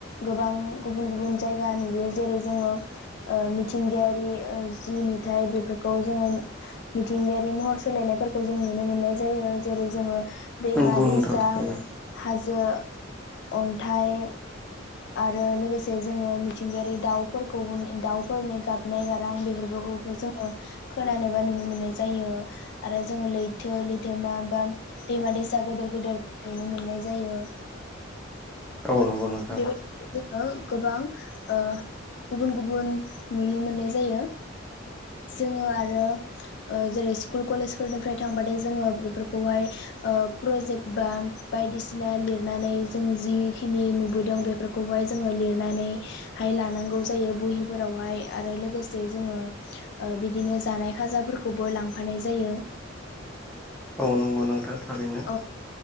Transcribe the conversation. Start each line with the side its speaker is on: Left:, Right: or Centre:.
Left: गोबां गुबुन-गुबुन जायगा नुयो जेरै जोङो ओ मिथिंगायारि ओ जि नुथाय बेफोरखौ जोङो मिथिंगायारि महर सोलायनायफोरखौ जों नुनो मोननाय जायो जेरै जोङो दैमा
Centre: नंगौ
Left: दैसा
Centre: नोंथां थारैनो
Left: हाजो, अन्थाइ आरो लोगोसे जोङो मिथिंगायारि दाउफोरखौ दाउफोरनि गाबनाय गारां बेफोरखौ जोङो खोनानोबा नुनो मोननाय जायो। आरो जोङो लैथो, लैथोमा बा दैमा-दैसा गोदोर गोदेर नुनो मोननाय जायो।
Centre: औ नंगौ नोंथां
Left: बेबायदिनो जोङो गोबां ओ गुबुन-गुबुन नुनो मोननाय जायो जोङो आरो ओ जेरै स्कुल कलेजफोरनिफ्राय थांबाथाय जोङो बेफोरखौहाय ओ प्रजेक्ट बा बायदिसिना लिरनानै जों जिखिनि नुबोदों बेफोरखौ खौहाय जोङो लिरनानै हाय लानांगौ जायो बहिफोरावहाय आरो लोगोसे जोङो ओ बिदिनो जानाय खाजाफोरखौबो लांफानाय जायो।
Centre: औ नंगौ नोंथां थारैनो।
Left: औ